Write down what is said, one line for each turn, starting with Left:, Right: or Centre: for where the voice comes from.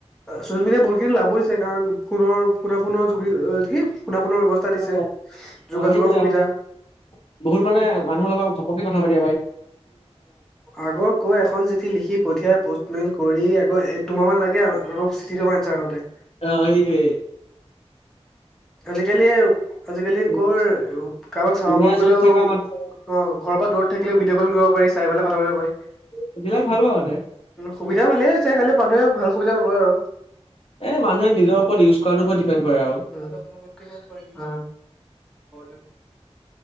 Centre: ছচিয়েল মিডিয়া, বহুতখিনি লাভ হৈছে, কাৰণ ফো, ফোনাফোনৰ, যোগ কি, ফোনাফোনৰ বৱ দিছে,
Left: অ
Centre: যোগাযোগৰ
Left: অ সেইটোয়ে
Centre: সুবিধা।
Left: আৰু মানে বহুত মানে, মানুহ লগ <inaudible> কথা পাতি।
Centre: আগৰ কৈ, এখন চিঠি লিখি, পঠিয়াই প'ষ্টমেইল। কৰি আকৌ এক, দুমাহমান লাগে, আকৌ চিঠি থকা আনঞ্চাৰ আহোঁতে।
Left: অ, সেইটোৱে।
Centre: আজিকালি, আজিকালি
Left: উম
Centre: ক'ৰ, কাৰোবাক চাব
Left: দুুনীয়া
Centre: মন
Left: য'ত
Centre: গলেও
Left: থকা
Centre: অ,
Left: মানুহ
Centre: ঘৰৰ পৰা দূৰত থাকিলে ভিডিঅ, ক'ল কৰিব পাৰি, চাই পেলাই কথা পাব পাৰি।
Left: সিবিলাক ভাল পাবা, এ
Centre: উম, সুবিধা ভালেই হৈছে, খালি মানুহে ভাল সুবিধা নলয় আৰু।
Left: এই, মানুহে নিজৰ ওপৰত ইউজ কৰাৰ ওপৰত ডিপেণ্ড কৰে আৰু।
Centre: উম আ